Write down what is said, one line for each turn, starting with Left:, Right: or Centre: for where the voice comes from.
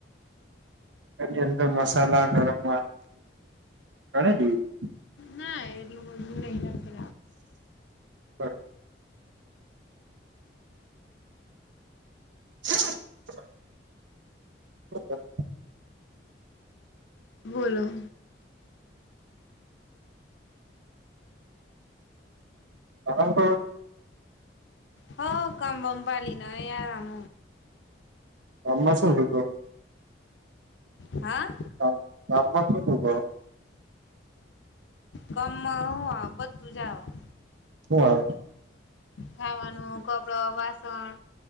Right: એની અંદર મસાલા ગરમ <unintelligible>
Left: ના, એટલું બધું નહીં હશે
Right: બર <inaudible> <inaudible>
Left: બોલો.
Right: આરામ કરો છો?
Left: હ કામ બમ પાલી ના આરામ
Right: ગામમાં શું હતું તો.
Left: હા.
Right: ગામ ગામ માં શું શું કરો.
Left: ગમ બધું જ આવે.
Right: શું આવે.
Left: ખાવાનું કપડો વાસણ